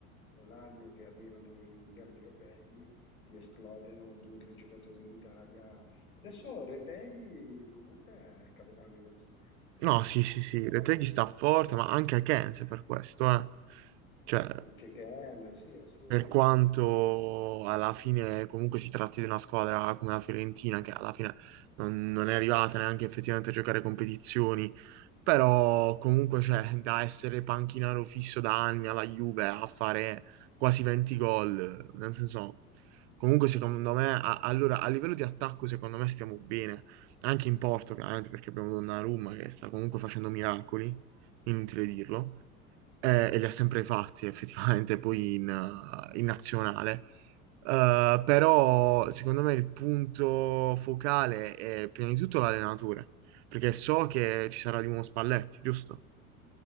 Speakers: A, on the left; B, on the right.
A: l'anno che arrivano i mondiali europei ti esplodano due o tre giocatori in Italia. Adesso Reteghi comunque è il capocannoniere della Serie A, eh,
B: No,
A: quindi
B: sì,
A: comunque
B: sì,
A: c'entra
B: sì,
A: avanti
B: Reteghi sta forte, ma anche Akense per questo, eh. Cioè,
A: anche Ken, sì, assolutamente.
B: per quanto
A: Quindi,
B: alla fine comunque si tratti di una squadra come la Fiorentina, che alla fine non, non è arrivata neanche effettivamente a giocare competizioni, però comunque c'è da essere panchinaro fisso da anni alla Juve a fare quasi 20 gol, nel senso, comunque secondo me, a- allora a livello di attacco secondo me stiamo bene, anche in porto chiaramente perché abbiamo Donnarumma che sta comunque facendo miracoli, inutile dirlo, eh, e li ha sempre fatti <laughs> effettivamente poi in, eh, in nazionale. Eh, però secondo me il punto focale è prima di tutto l'allenatore, perché so che ci sarà di nuovo Spalletti, giusto?